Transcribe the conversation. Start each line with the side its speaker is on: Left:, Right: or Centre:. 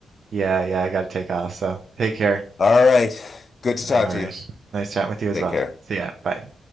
Right: yeah, yeah, I gotta take off. So take care.
Left: All right. Good to talk
Right: All
Left: to
Right: right.
Left: you.
Right: Nice chatting with you as
Left: Take
Right: well.
Left: care.
Right: See ya. Bye.